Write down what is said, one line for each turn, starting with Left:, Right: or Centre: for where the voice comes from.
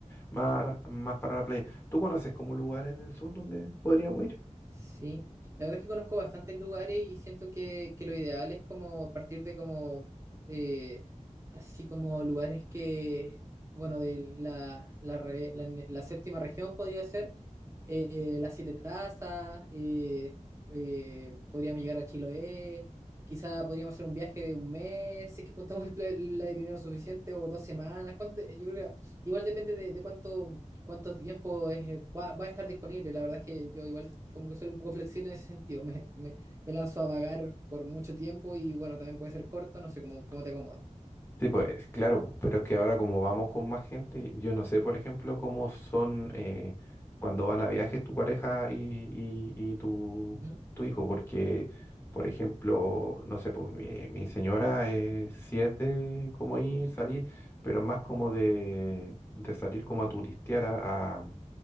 Left: más, más para la playa. ¿Tú conoces como lugar en el sur donde podríamos ir?
Right: Sí, la verdad es que conozco bastantes lugares y siento que, que lo ideal es como partir de como, eh, así como lugares que, bueno, de la, la, re- la- la séptima región podría ser, eh, Las Siete Tazas, eh, eh, podríamos llegar a Chiloé, quizá podríamos hacer un viaje de un mes, si es que juntamos el, pla- la de dinero suficiente, o dos semanas, ¿cuánto te- yo creo que igual depende de, de cuánto, cuánto tiempo es, eh, va, va a estar disponible, la verdad es que yo igual como que soy un poco flexible en ese sentido, me, me, me lanzo a vagar por mucho tiempo y bueno, también puede ser corto, no sé cómo, cómo te acomodes.
Left: Sí, pues claro, pero es que ahora como vamos con más gente, yo no sé, por ejemplo, cómo son eh, cuando van a viajes tu pareja y, y- y tu,
Right: Ujú,
Left: tu hijo, porque, por ejemplo, no sé, pues, mi, mi señora eh, sí es de como ir, salir, pero más como de, de salir como a turistear a, a-